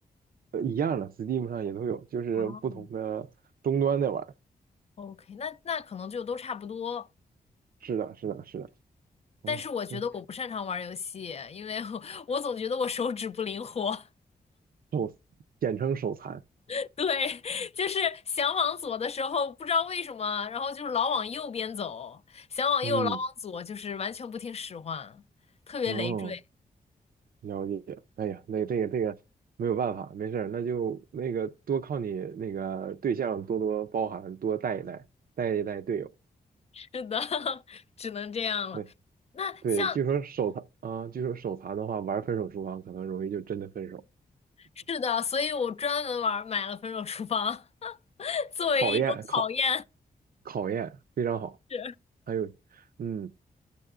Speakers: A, on the right; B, on the left.
A: 呃一样的，Steam 上也都有，就是不同的终端在玩儿，
B: 哦，OK，那那可能就都差不多，
A: 是的是的是的，哦，
B: 但是我觉得我不擅长玩儿游戏，
A: 对
B: 因为我 <laughs> 我总觉得我手指不灵活。
A: 手简称手残，
B: <laughs> 对，就是想往左的时候，不知道为什么，然后就是老往右边走，想往右，
A: 嗯
B: 老往左，就是完全不听使唤，特别累赘。
A: 哦。了解，哎呀，那这个这个没有办法，没事儿，那就那个多靠你那个对象多多包涵，多带一带，带一带队友。
B: 是的，<laughs> 只能这样了。
A: 对
B: 那像
A: 对，据说手残啊、据说手残的话，玩分手厨房可能容易就真的分手，
B: 是的，所以我专门玩买了《分手厨房》<laughs> 作为一种考验。
A: 考验考考验非常好。
B: 是。
A: 还有，嗯，